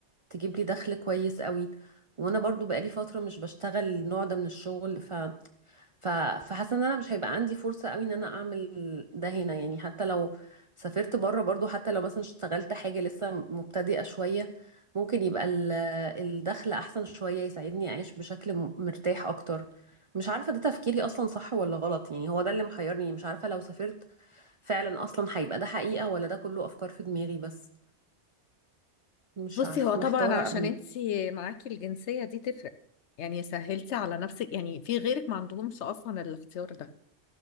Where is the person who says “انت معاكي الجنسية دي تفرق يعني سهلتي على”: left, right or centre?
Left